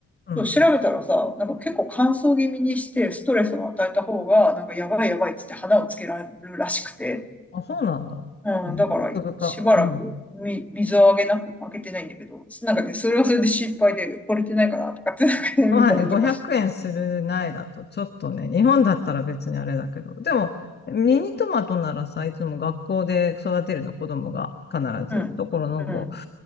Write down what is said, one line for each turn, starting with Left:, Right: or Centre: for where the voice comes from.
Left: うん。
Centre: そう調べたらさ、なんか結構乾燥気味にして、ストレスを与えた方が、なんかやばいやばいっつって花をつけられるらしくて。
Left: あ、そうなんだ。
Centre: うん、
Left: えー奥深。
Centre: だから、しばらくみ、
Left: うん。うん。
Centre: 水をあげなく、あげてないんだけど、なんかね、それはそれで心配で、これてないかなとかって、なんかね、
Left: まあね、
Centre: 見たりとかし。
Left: 500円する苗だと、ちょっとね、日本だったら別にあれだけど、でも、ミニトマトならさ、いつも学校で育てるの、子供が必ず。
Centre: うん、
Left: だからなんか、
Centre: うん、